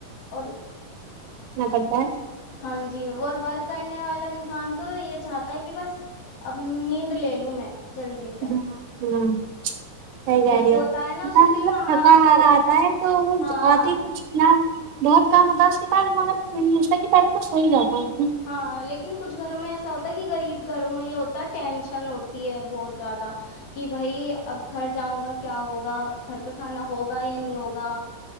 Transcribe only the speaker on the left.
اور
ہاں جی اور ورک کرنے والا انسان تو یہ چاہتا ہے کہ بس اب نیند لے لوں میں <unintelligible> سے
ایک
ہوتا نا
اس کے دل میں آج
سو
ہاں
ہاں لیکن کچھ گھروں میں ایسا ہوتا ہے کہ غریب گھروں میں یہ ہوتا ہے ٹینشن ہوتی ہے بہت زیادہ کہ بھائی اب گھر جاؤں گا کیا ہوگا گھر پہ کھانا ہوگا یا نہیں ہوگا